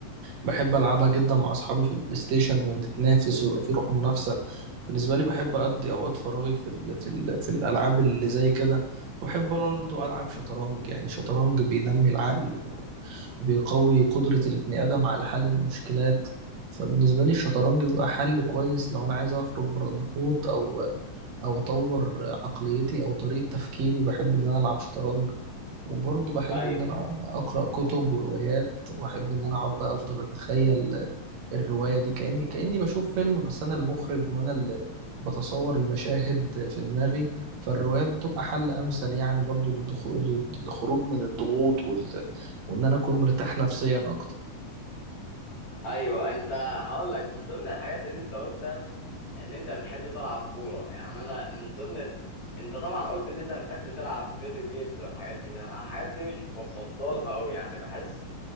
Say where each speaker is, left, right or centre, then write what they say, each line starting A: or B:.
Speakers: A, on the right (about 60°); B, on the left (about 60°).
A: بحب ألعبها جدا مع أصحابي في البلاي ستيشن ونتنافس ويبقى في روح منافسة بالنسبة لي بحب أقضي أوقات فراغي في ال في ال في الألعاب اللي زي كده وبحب برضه ألعب شطرنج يعني شطرنج بينمي العقل و- وبيقوي قدرة البني آدم على حل المشكلات فبالنسبة لي الشطرنج بيبقى حل كويس لو أنا عايز أخرج بره الضغوط أو او اطور عقليتي او طريقة تفكيري بحب ان انا العب شطرنج وبرضه بحب
B: ايوه
A: ان انا اقرا كتب وروايات واحب ان انا اقعد بقى افضل اتخيل الرواية دي كاني كاني بشوف فيلم بس انا المخرج وانا اللي بتصور المشاهد في دماغي فالروايات بتبقى حل امثل يعني برضه للدخول للخروج من الضغوط وال... وان انا اكون مرتاح نفسيا اكتر
B: ايوه انت هقول لك من ضمن الحاجات اللي انت قلتها ان انت بتحب تلعب كوره يعني انا من ضمن ال... انت طبعا قلت ان انت بتحب تلعب فيديو جيمز والحاجات دي ده انا الحاجات دي مش بفضلها قوي يعني بحس